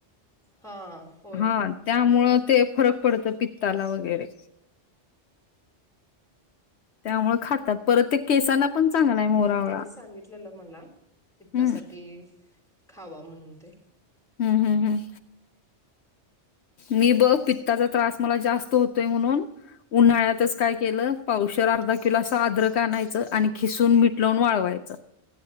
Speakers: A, in the centre; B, on the left.
A: हो.
B: हा. त्यामुळं ते फरक पडतो. पित्ताला वगैरे. त्यामुळे खातात. परत ते केसांना- पण चांगला आहे. मोर
A: ते
B: आवळा.
A: त्यांनी सांगितलेलं मला. पित्तासाठी
B: हम्म
A: खावा म्हणून ते.
B: हम्म हम् हम्. मी बघ पित्ताचा त्रास मला जास्त होतोय म्हणून- उन्हाळ्यातच काय केलं? पावशेर, अर्धा किलो असं आद्रक आणायचं आणि खिसून मीठ लावून वाळवायचं.